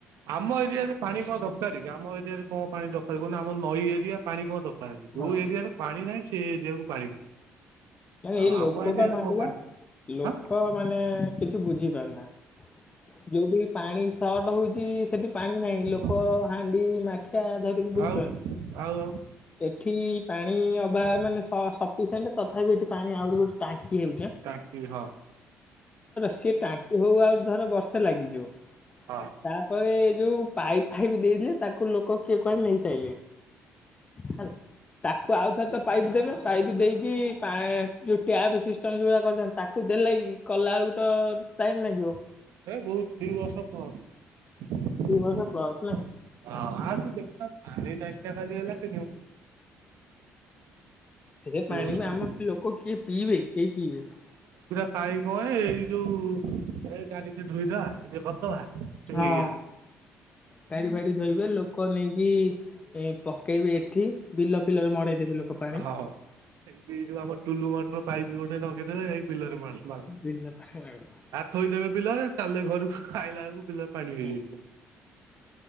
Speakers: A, on the right; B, on the left.
A: ଆମ ଏରିଆରେ ପାଣି କଣ ଦରକାର କି ଆମ ଏରିଆରେ କଣ ପାଣି ଦରକାର କହୁନୁ ଆମ ନଈ ଏରିଆ ପାଣି କଣ ଦରକାର ପା
B: ହଁ
A: ଯୋଉ ଏରିଆରେ ପାଣି ନାହିଁ ସେ ଏରିଆକୁ <inaudible>
B: ମାନେ
A: ଆଉ
B: ଏଇ ଲୋକ
A: ଆମ ଏରିଆରେ
B: ବା ମଡୁଆ
A: କଣ ପାଣି
B: ଲୋକ
A: ଆଁ
B: ମାନେ କିଛି ବୁଝି ପାରୁନାହାନ୍ତି। ଯୋଉ ବିି ପାଣି ସର୍ଟ ହଉଛି ସେଠି ପାଣି ନାହିଁ ଲୋକ
A: ହଁ।
B: ହାଣ୍ଡି ମାଠିଆ ଧରିକି ବୁଲୁଛନ୍ତି
A: ଆଉ ଆଉ ଆଉ
B: ଏଠି ପାଣି ଅଭାବ
A: ସେ
B: ମାନେ ସିଣ୍ଟ ତଥାପି ଏଠି ପାଣି ଆହୁରି ଗୋଟେ ଟାଙ୍କି ହେଉଛି
A: ଟାଙ୍କି ହଁ
B: ସେ ଟାଙ୍କି ହଉ ଆ ଧର ବର୍ଷ ସେ ଲାଗିଯିବ।
A: ହଁ
B: ତାପରେ ଯୋଉ ପାଇପ୍ ଫାଇପ୍ ଦେଇଥିଲେ ତାକୁ ଲୋକ କିଏ କୁଆଡେ ନେଇ ସାରିଲେନି ହେଲା ତାକୁ ଆଉଥର ତ ପାଇପ୍ ଦେବେ ପାଇପ୍ ଦେଇକି ପା ଯୋଉ ଟ୍ୟାପ ସିଷ୍ଟମ ଯୋଉଡା କରିଛନ୍ତି ତାକୁ ଦେଲେ କଲା ବେଳକୁ ତ ଟାଇମ ଲାଗିବ।
A: ହଁ ବହୁତ ଦି ବର୍ଷ ପରେ
B: ଦି ବର୍ଷ
A: <inaudible>
B: ନାଇଁ।
A: ଆ ଟଙ୍କ ଖାଲି ହେଲା <inaudible>
B: ସେଥି
A: ଦି
B: ପାଣି
A: ବର୍ଷ
B: ବି ଆମ ଲୋକ କିଏ ପିଇବେ କେହି ପିଇବେନି।
A: କାଇଁ କଣ ଏଇ ଯୋଉ ଚ ଧୋଇଦବା <inaudible>
B: ହଁ
A: ଏଇଆ
B: ଚାାରି ଫାଡି ଧୋଇବେ ଲୋକ ନେଇକି ଏ ପକେଇବେ ଏଠି ବିଲ ଫିଲରେ ମଡେଇଦେବେ ଲୋକ ପାଣି।
A: ହଁ ଏଇ ଯୋଉ ଆମର ଟୁଲୁ ମଠର ପାଇପ ବି ଗୋଟେ ନଗେଇଦେ ଏଇ ବିଲରେ ମାଳ
B: ବିନା ପାଖରେ।
A: ଥୋଇଦେବେ ବିଲରେ ତାହେଲେ ଘରକୁ ଖାଇଲା ବେଳକୁ ବିଲ ପାଣୀ ହେଇଯାଇଥିବ।
B: ହୁଁ